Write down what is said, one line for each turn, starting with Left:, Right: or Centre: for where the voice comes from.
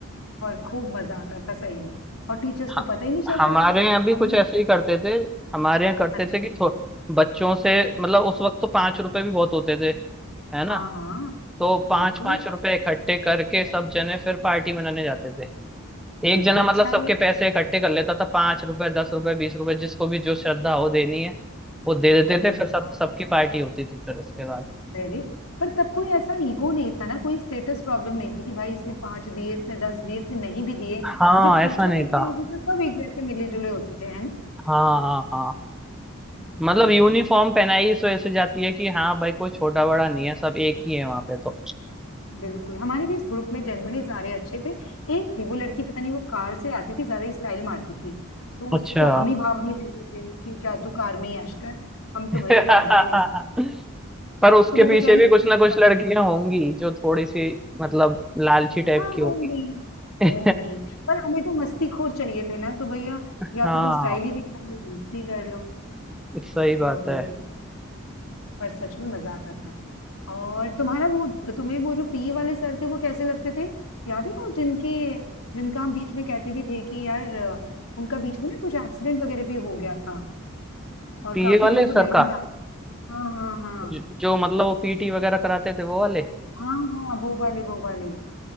Left: और खूब मजा आता था सही में और टीचर्स को
Centre: ह-
Left: पता ही नहीं चलता
Centre: हमारे
Left: था
Centre: यहाँ भी
Left: हम
Centre: कुछ
Left: लोग
Centre: ऐसे ही करते थे हमारे यहाँ करते
Left: अच्छा
Centre: थे कि थो- बच्चों से मतलब उस वक्त तो पांच रुपए भी बहुत होते थे है ना
Left: हाँ हाँ
Centre: तो पांच
Left: बिल्कुल
Centre: पांच रुपए इकट्ठे करके सब जने फिर पार्टी मनाने जाते थे
Left: ये
Centre: एक जना
Left: भी अच्छा
Centre: मतलब सबके
Left: है
Centre: पैसे इकट्ठे कर लेता था पांच रुपए दस रुपए बीस रुपए जिसको भी जो श्रद्धा हो देनी है वो दे देते
Left: अरे
Centre: थे
Left: वाह
Centre: फिर सब सबकी पार्टी होती थी फिर उसके बाद
Left: वेरी पर तब कोई ऐसा ईगो नहीं था ना कोई स्टेटस प्रॉब्लम नहीं थी कि भाई इसने पांच दिए इसने दस दिए इसने नहीं भी दिए
Centre: हाँ
Left: जब खर्चा
Centre: ऐसा नहीं
Left: करते
Centre: था
Left: हुए तो सब एक जैसे मिले जुले होते थे है ना
Centre: हाँ हाँ हाँ मतलब
Left: सही
Centre: यूनिफॉर्म
Left: में
Centre: पहनाई इस वजह से जाती है कि हाँ भाई कोई छोटा बड़ा नहीं है सब एक ही है वहां पे तो
Left: बिल्कुल हमारे भी इस ग्रुप में जनरली सारे अच्छे थे एक थी वो लड़की पता नहीं वो कार से आती थी ज्यादा ही स्टाइल मारती थी तो
Centre: अच्छा
Left: उसको हम ही भाव नहीं देते थे कि जा तू कार में ही ऐश कर हम तो
Centre: <laughs>
Left: भैया पैदल में ही मस्त
Centre: पर उसके
Left: तो वो
Centre: पीछे
Left: बेचारी
Centre: भी
Left: अकेली
Centre: कुछ ना कुछ
Left: होगी।
Centre: लड़कियां होंगी जो थोड़ी सी मतलब लालची टाइप
Left: हाँ
Centre: की
Left: होंगी
Centre: होंगी <laughs>
Left: होंगी पर हमें तो मस्ती खोर चाहिए थे ना तो भैया
Centre: हाँ
Left: या तो तुम स्टाइल ही दिखा लो मस्ती कर लो
Centre: सही
Left: तो
Centre: बात है
Left: ये पर सच में मजा आता था और तुम्हारा वो तुम्हें वो जो पी वाले सर थे वो कैसे लगते थे याद है वो जिनके जिनका हम बीच में कहते भी थे कि यार अ, उनका बीच में ना कुछ एक्सीडेंट वगैरह भी हो गया था और
Centre: पीए
Left: काफी
Centre: वाले
Left: दिन वो नहीं
Centre: सर का
Left: आए हाँ हाँ हाँ
Centre: ज- जो मतलब वो पीटी वगैरह कराते थे वो वाले
Left: हाँ हाँ वो वाले वो वाले